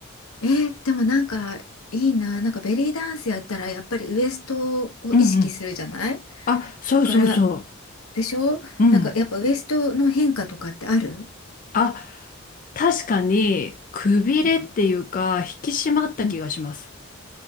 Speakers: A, on the left; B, on the left.
A: えー、でもなんかいいな。なんかベリーダンスやったらやっぱりウエストを意識するじゃない
B: うんうん。あ、そうそうそ
A: だから、でしょなんかやっぱウエストの変化とかってある
B: う。うん。あ、確かに、くびれっていうか、
A: うん
B: 引き締まった気がします。
A: うん。